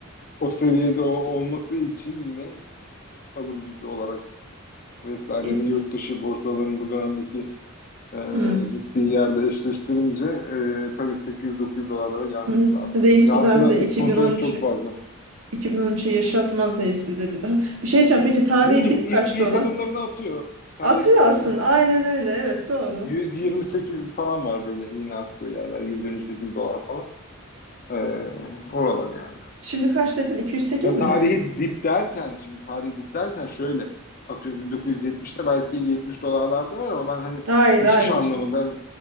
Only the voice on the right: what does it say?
İyi.
Hmm.
Ne-
Reis
bir
daha bize 2013'ü
2013'ü yaşatmaz neyiz bize bir daha. Bir şey diyeceğim. Peki tarihi
dip
kaç
dolar?
Atıyor
aslında.
Aynen öyle. Evet doğru.
Şimdi kaç dedin? 208
mi
dedin?
Hayır
hayır
canım.